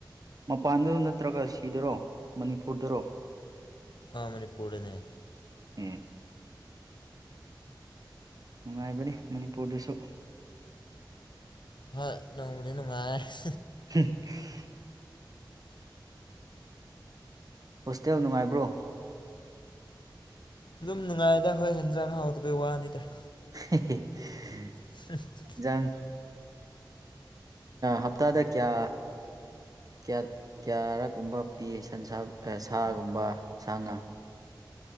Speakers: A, on the right (about 50°); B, on the left (about 70°).
A: ꯃꯄꯥꯟꯗ ꯅꯠꯇ꯭ꯔꯒ ꯁꯤꯗꯔꯣ ꯃꯅꯤꯄꯨꯔꯗꯔꯣ
B: ꯑꯥ ꯃꯅꯤꯄꯨꯔꯗꯅꯦ
A: ꯑꯦ ꯅꯨꯡꯉꯥꯏꯕꯅꯤ ꯃꯅꯤꯄꯨꯔꯗꯁꯨ
B: ꯍꯣꯏ ꯅꯣꯡꯕꯨꯗꯤ ꯅꯨꯡꯉꯥꯏꯌꯦ
A: <unintelligible> ꯍꯣꯁꯇꯦꯜ ꯅꯨꯡꯉꯥꯏꯕ꯭ꯔꯣ
B: ꯑꯗꯨꯝ ꯅꯨꯡꯉꯥꯏꯌꯦꯗ ꯍꯣꯏ ꯍꯦꯟꯖꯥꯡ ꯍꯥꯎꯇꯕꯩ ꯋꯥꯅꯤꯗ
A: ꯍꯦꯍꯦ <unintelligible>
B: <unintelligible>
A: ꯍꯦꯟꯖꯥꯡ ꯍꯞꯇꯥꯗ ꯀ꯭ꯌꯥ ꯀ꯭ꯌꯥ ꯀ꯭ꯌꯥꯔꯛꯀꯨꯝꯕ ꯄꯤ ꯁꯟꯁꯥ ꯑꯦ ꯁꯥꯒꯨꯝꯕ ꯁꯥ ꯉꯥ